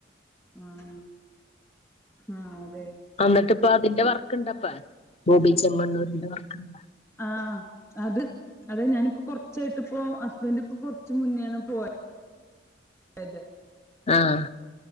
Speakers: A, on the left (about 15°); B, on the left (about 30°).
A: ആഹ് ആഹ് അതെ
B: അന്നിട്ട് ഇപ്പ അതിന്റെ വർക്ക് ഇണ്ടപ്പ ബോബി ചെമ്മണ്ണൂരിന്റെ വർക്ക്ണ്ട?
A: ആഹ് അത് അതെ ഞാനിപ്പോ കൊർ ച്ചായിട്ട്പ്പോ ഹസ്ബൻന്റ് ഇപ്പ കൊർച്ച് മുന്നേണ് പോയ അതെ
B: ആഹ